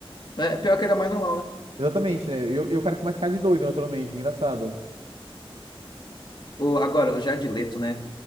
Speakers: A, on the left; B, on the right.
A: É, pior que era mais normal, né?
B: Exatamente, né? Eu, eu, cara com mais cara de doido, naturalmente, engraçado.
A: O, agora, o Jared Leto, né?